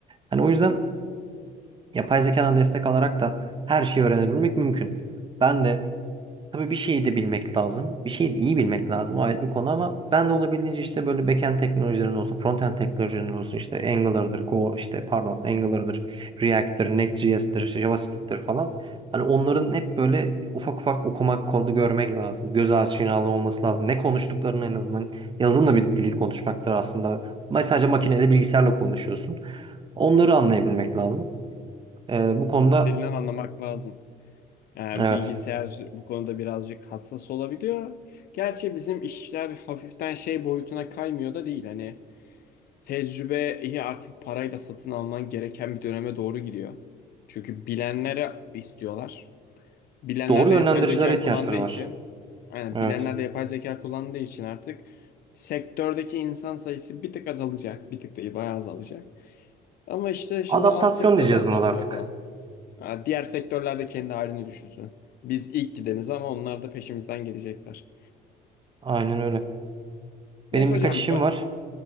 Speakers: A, on the right (about 30°); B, on the left (about 65°).
A: Hani o yüzden Yapay zekadan destek alarak da her şeyi öğrenebilmek mümkün. Ben de tabii bir şeyi de bilmek lazım. Bir şeyi de iyi bilmek lazım. O ayrı bir konu ama ben de olabildiğince işte böyle backend teknolojilerin olsun, frontend teknolojilerin olsun işte Angular'dır, Go işte pardon Angular'dır, React'tir, Next.js'tir, işte JavaScript'tir falan. Hani onların hep böyle ufak ufak okumak, kodu görmek lazım. Göz aşinalığı olması lazım. Ne konuştuklarını en azından yazılımla bir dil konuşmaktır aslında. Sadece makineyle bilgisayarla konuşuyorsun. Onları anlayabilmek lazım. Ee, bu konuda
B: Dilinden anlamak lazım. Yani
A: evet
B: bilgisayar bu konuda birazcık hassas olabiliyor. Gerçi bizim işler hafiften şey boyutuna kaymıyor da değil. Hani tecrübeyi artık parayla satın alman gereken bir döneme doğru gidiyor. Çünkü bilenlere istiyorlar. Bilenler
A: doğru
B: de
A: yönlendiricilere
B: yapay zeka
A: ihtiyaçları
B: kullandığı için,
A: var.
B: aynen
A: Evet.
B: bilenler de yapay zeka kullandığı için artık sektördeki insan sayısı bir tık azalacak. Bir tık değil, bayağı azalacak. Ama işte şimdi
A: Adaptasyon
B: alt sektörler
A: diyeceğiz buna
B: patlıyor
A: da artık.
B: falan. Ha, Diğer sektörler de kendi halini düşünsün. Biz ilk gideniz ama onlar da peşimizden gelecekler.
A: Aynen öyle.
B: Neyse
A: Benim
B: hocam,
A: birkaç işim
B: ben-
A: var.